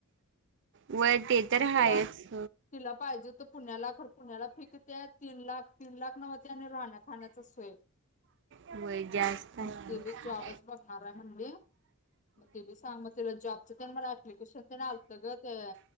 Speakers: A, on the right; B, on the left.
A: व्हय ते तर
B: मग तिला
A: हायच
B: तिला पाहिजे पुण्याला खरं पुण्याला फी किती हाय? तीन लाख, तीन लाख नव्ह ते आणि राहण्या खाण्याचा सोय
A: वय जास्त आहे.
B: मग ते बी
A: हम्म.
B: जॉबच बघणार आहे म्हनली मग ते बी सांग म ती ला जॉब <unintelligible> मला अपप्लिकेशन तेन आलतं ग ते.